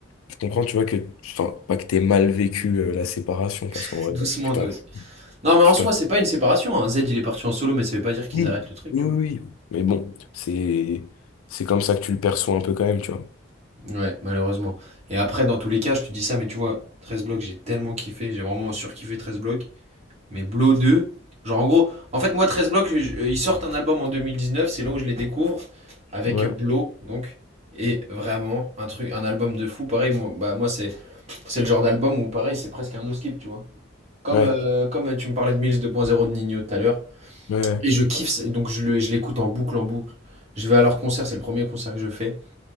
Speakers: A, on the left; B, on the right.
A: je comprends, tu vois, que, enfin, pas que t'aies mal vécu euh, la séparation, parce
B: <laughs>
A: qu'en vrai,
B: Doucement,
A: tu t'en,
B: toi aussi. Non, mais
A: tu
B: en soi,
A: t'en
B: c'est pas une séparation. hein. Z, il est parti en solo, mais ça veut pas dire qu'ils
A: oui,
B: arrêtent le truc,
A: oui,
B: tu vois.
A: oui. Mais bon, c'est c'est comme ça que tu le perçois un peu quand même, tu vois.
B: Ouais, malheureusement. Et après, dans tous les cas, je te dis ça, mais tu vois, 13 blocs, j'ai tellement kiffé, j'ai vraiment surkiffé 13 blocs. Mais Blow 2, genre en gros, en fait, moi, 13 blocs, euh, ils sortent un album en 2019, c'est là où je les découvre, avec
A: Ouais.
B: euh, Blow, donc. Et vraiment, un truc, un album de fou, pareil, moi, bah, moi c'est c'est le genre d'album où, pareil, c'est presque un no-skip, tu vois. Comme,
A: Ouais,
B: euh, comme euh, tu me parlais de Mills 2.0 de Nino tout à l'heure.
A: ouais, ouais.
B: Et je kiffe, donc je le- je l'écoute en boucle, en boucle. Je vais à leur concert, c'est le premier concert que je fais.